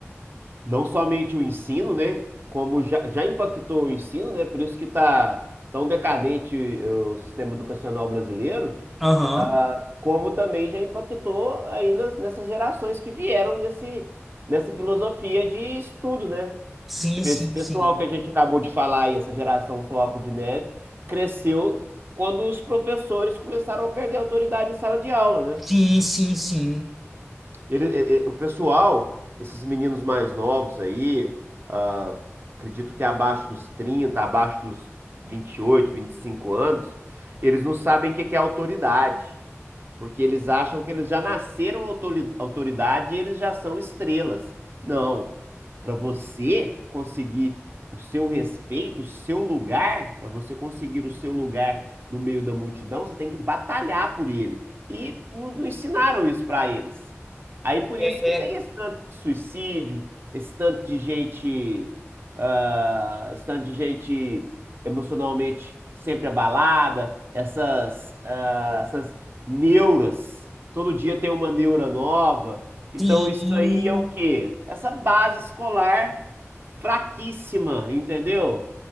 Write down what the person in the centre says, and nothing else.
Aham,
Sim,
sim,
sim.
Sim, sim, sim.
É,
é,
sim.